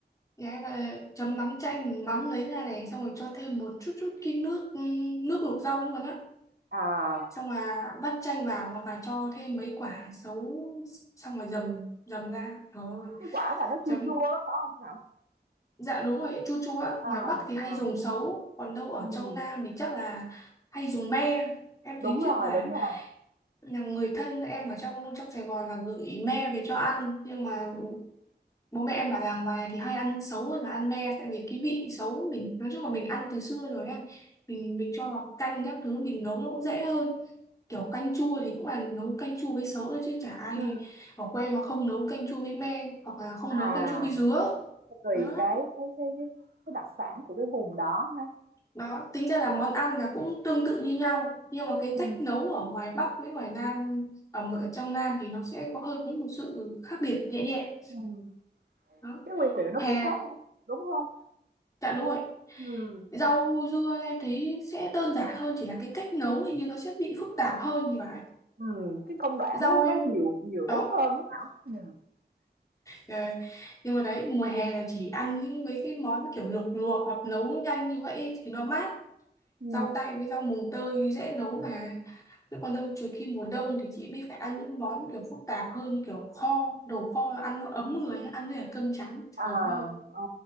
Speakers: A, on the left; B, on the right.
A: Đấy và chấm mắm chanh mình mắm lấy ra này xong rồi cho thêm một chút chút cái nước ừm, nước luộc rau luôn á
B: à
A: xong là vắt chanh vào hoặc là cho thêm mấy quả sấu xong rồi dầm dầm ra trời ơi
B: cái quả mà nó
A: chấm
B: chua chua á phải không Thảo
A: dạ đúng rồi chua chua á
B: à,
A: ngoài Bắc thì hay
B: à
A: dùng sấu còn đâu ở
B: ừ,
A: trong Nam thì chắc là hay dùng me em
B: đúng
A: thấy
B: rồi
A: trước là
B: đúng rồi
A: là người thân em ở trong trong Sài Gòn là gửi me về cho ăn nhưng mà bố mẹ em bảo là ngoài này thì hay ăn xấu hơn là ăn me tại vì cái vị xấu mình nói chung là mình ăn từ xưa rồi em mình mình cho vào canh các thứ mình nấu nó cũng dễ hơn kiểu canh chua thì cũng là nấu canh chua với xấu thôi chứ chả ai
B: ừ.
A: ở quê mà không nấu canh chua với me hoặc là không
B: à
A: nấu canh chua với dứa
B: tùy
A: đó
B: cái cái cái cái cái đặc sản của cái vùng đó ha
A: đó tính ra là món ăn là cũng tương tự như nhau nhưng mà cái
B: ừ.
A: cách nấu ở ngoài Bắc với ngoài Nam ở, ở trong Nam thì nó sẽ có hơi có một sự khác biệt nhẹ nhẹ
B: Ừ.
A: đó
B: cái nguyên liệu nó
A: hè
B: cũng khác nữa đúng không
A: dạ đúng rồi
B: ừ.
A: Rau dưa em thấy sẽ đơn giản hơn chỉ là cái cách nấu hình như nó sẽ bị phức tạp hơn thì phải.
B: Ừ. cái công đoạn
A: Rau
B: nó nó
A: em
B: nhiều nhiều
A: đó.
B: bước hơn đó Thảo ừ.
A: Ờ, Nhưng mà đấy mùa hè là chỉ ăn những mấy cái món kiểu luộc luộc hoặc nấu nhanh như vậy ấy thì nó mát.
B: Ừ.
A: Rau đay với rau mùng tơi dễ nấu mà. Chứ còn đâu trừ khi mùa đông thì chị mới phải ăn những món kiểu phức tạp hơn kiểu kho, đồ kho ăn nó ấm người, ăn với cả cơm trắng.
B: À,
A: Trời ơi.
B: ờ,